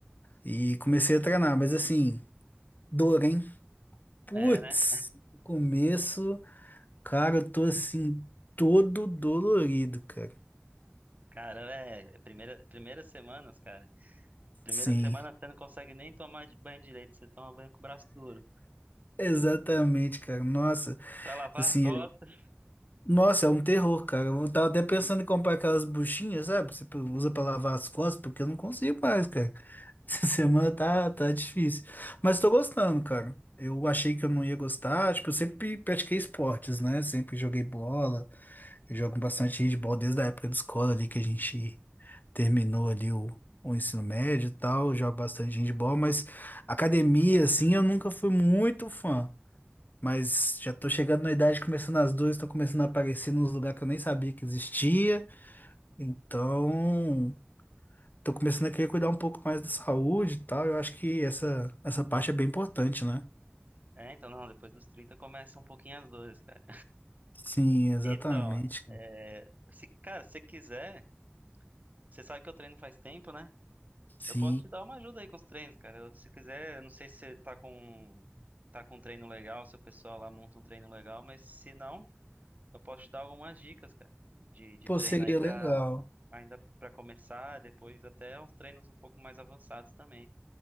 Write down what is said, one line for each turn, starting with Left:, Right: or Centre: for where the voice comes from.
Left: E comecei a treinar, mas assim, dor, hein? Putz,
Right: É, né?
Left: no começo, cara, eu tô assim, todo dolorido, cara.
Right: Cara, é, é primeira, primeiras semanas, cara. Primeira
Left: Sim,
Right: semana você não consegue nem tomar banho direito, você toma banho com o braço duro.
Left: exatamente, cara. Nossa,
Right: Pra lavar
Left: assim,
Right: as costas.
Left: nossa, é um terror, cara. Eu tava até pensando em comprar aquelas buchinhas, sabe? que Você usa pra lavar as costas, porque eu não consigo mais, cara. Essa <laughs> semana tá, tá difícil. Mas tô gostando, cara. Eu achei que eu não ia gostar. Tipo, eu sempre pratiquei esportes, né? Sempre joguei bola. Eu jogo bastante handball desde a época da escola ali que a gente terminou ali o, o ensino médio e tal. Eu jogo bastante handball, mas academia, assim, eu nunca fui muito fã. Mas já tô chegando na idade, começando as duas, tô começando a aparecer nos lugares que eu nem sabia que existia. Então tô começando a querer cuidar um pouco mais da saúde e tal. Eu acho que essa, essa parte é bem importante, né?
Right: É, então, não, depois dos 30 começa um pouquinho as dores, cara.
Left: Sim, exatamente.
Right: Então,
Left: cara.
Right: é, se, cara, se você quiser, você sabe que eu treino faz tempo, né?
Left: Sim.
Right: Eu posso te dar uma ajuda aí com os treinos, cara. Eu- se quiser, eu não sei se você tá com tá com um treino legal, se o pessoal lá monta um treino legal, mas se não, eu posso te dar algumas dicas, cara, de, de
Left: Pô,
Right: treino
Left: seria
Right: aí pra
Left: legal.
Right: ainda pra começar, depois até uns treinos um pouco mais avançados também.